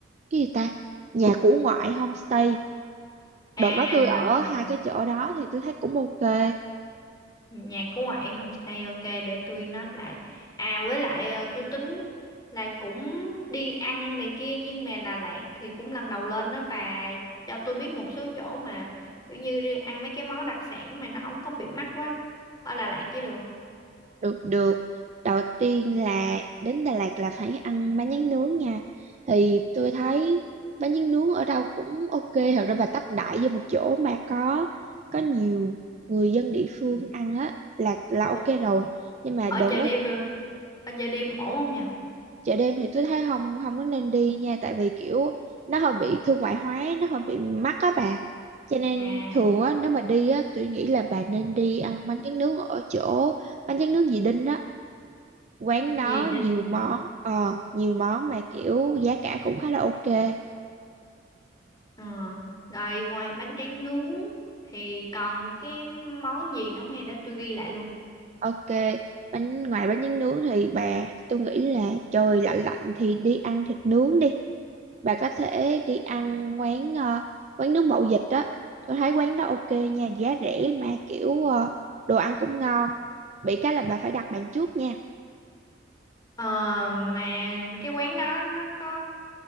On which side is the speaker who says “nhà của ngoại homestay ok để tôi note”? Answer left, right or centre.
Left